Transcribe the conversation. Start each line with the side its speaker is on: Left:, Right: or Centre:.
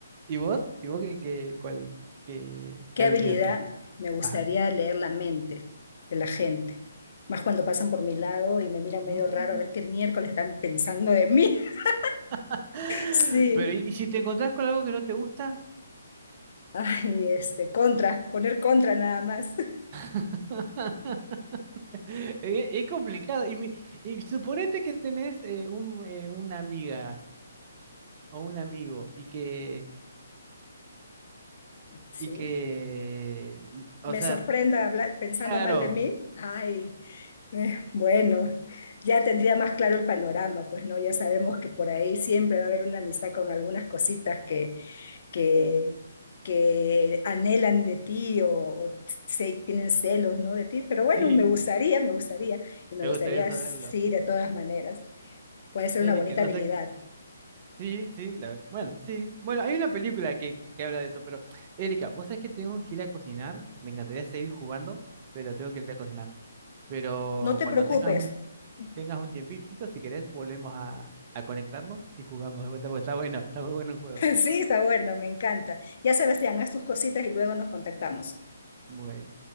Right: ¿Y vos? ¿Y vos qué, qué, cuál, qué
Left: ¿Qué
Right: habilidad
Left: habilidad
Right: se-
Left: me gustaría
Right: Ajá.
Left: leer la mente de la gente? Más cuando pasan por mi lado y me miran
Right: Mm.
Left: medio raro a ver qué miércoles están pensando de mí. <laughs>
Right: <gasps> <laughs>
Left: Sí.
Right: Pero ¿y si te encontrás con algo que no te gusta?
Left: Ay, este, contra, poner contra nada más. <laughs>
Right: <laughs> Eh, Es, complicado. Y, mi- y suponete que tenés eh, un, eh, una amiga o un amigo y que,
Left: Sí.
Right: y que, o
Left: me
Right: sea,
Left: sorprenda habla- pensando
Right: claro,
Left: mal de mí, ay, eh, bueno, ya tendría más claro el panorama, pues no, ya sabemos que por ahí siempre va a haber una amistad con algunas cositas que, que, que anhelan de ti o, o se, tienen celos, ¿no? de ti, pero bueno,
Right: sí,
Left: me gustaría, me gustaría, y me
Right: ¿Te
Left: gustaría,
Right: gustaría saberlo?
Left: sí, de todas maneras, puede ser
Right: Erika,
Left: una bonita
Right: vos
Left: habilidad.
Right: sabés que... Sí, sí, la- bueno, sí. Bueno, hay una película que, que habla de eso, pero Erika, vos sabés que tengo que ir a cocinar. Me encantaría seguir jugando, pero tengo que ir a cocinar. Pero
Left: No te
Right: cuando
Left: preocupes.
Right: tengas un,
Left: <laughs>
Right: tengas un tiempito, si querés, volvemos a, a conectarnos y jugamos de vuelta, porque está bueno, está muy bueno el juego.
Left: Sí, está bueno, me encanta. Ya Sebastián, haz tus cositas y luego nos contactamos.
Right: Muy bueno.